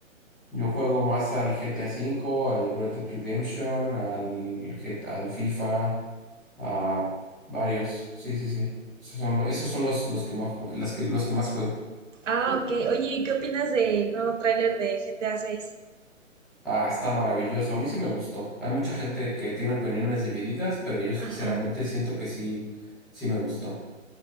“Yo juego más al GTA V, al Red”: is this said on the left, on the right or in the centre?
Centre